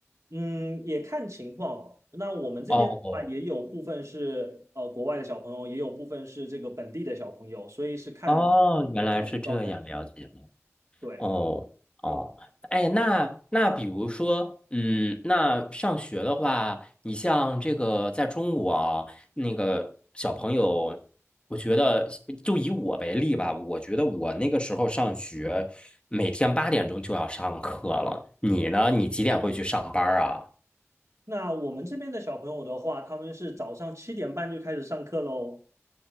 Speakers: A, on the right; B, on the left.
A: 嗯，也看情况。那我们这边的话，
B: 哦
A: 也有部分是呃国外的小朋友，也有部分是这个本地的小朋友，所以是看
B: 哦，原来是这样，
A: 这样子招生。
B: 了解了。
A: 对。
B: 哦哦，哎，那那比如说，嗯，那上学的话，你像这个在中国啊，那个小朋友，我觉得就以我为例吧，我觉得我那个时候上学，每天八点钟就要上课了。你呢？你几点会去上班儿啊？
A: 那我们这边的小朋友的话，他们是早上七点半就开始上课喽。